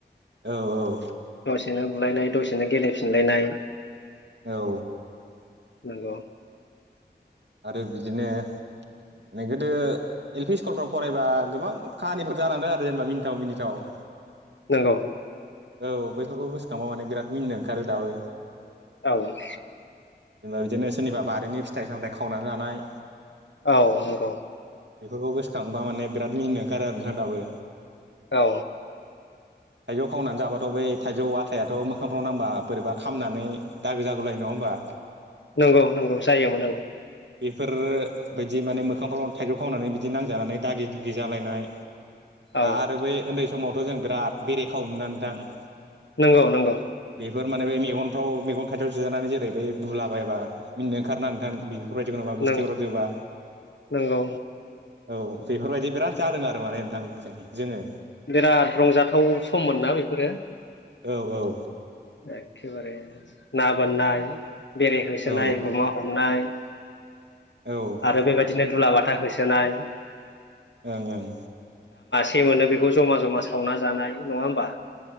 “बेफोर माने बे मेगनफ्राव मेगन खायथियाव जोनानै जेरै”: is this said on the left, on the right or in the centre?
Right